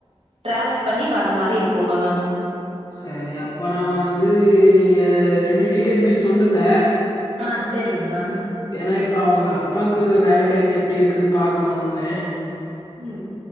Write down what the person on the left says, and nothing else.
சரி அப்பனா வந்து நீங்க ரெண்டு டீட்டெயலுமே சொல்லுங்க
ஏனா இப்ப அவுங்க அப்பாக்கு வேல டைம் எப்டி இருக்குனு பாக்கணு ஒண்ணு